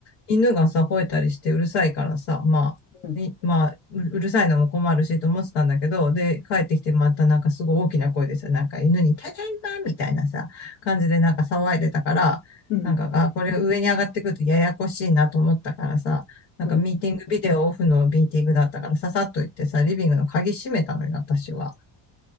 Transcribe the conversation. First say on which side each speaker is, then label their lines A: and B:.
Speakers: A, on the left; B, on the left.
A: 犬がさ、吠えたりしてうるさいからさ、まあ、
B: うん、
A: いまあ、ううるさいのも困るしと思ってたんだけど、で、帰ってきてまたなんかすごい大きな声でさ、なんか犬にただいまみたいなさ、感じでなんか騒いでたから、
B: うん、
A: なんか、あ、これ上に上がってくるとややこしいなと思ったからさ、なんかミーティング、
B: うん、
A: ビデオオフのミーティングだったから、ささっと行ってさ、リビングの鍵閉めたのよ、私は。